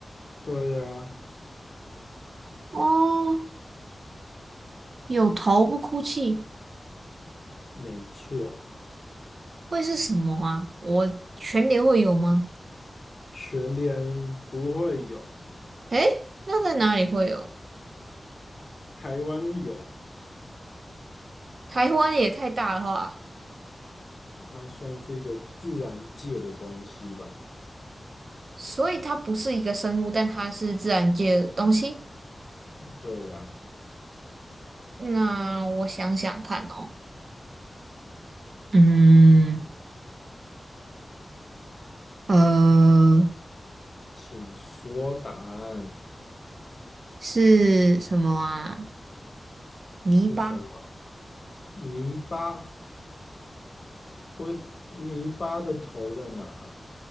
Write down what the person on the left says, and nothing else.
对呀，
没错，
全年不会有，
台湾有。
它算是一个自然界的东西吧？
对呀、
请说答案
是什么？泥巴不是泥巴的头在哪？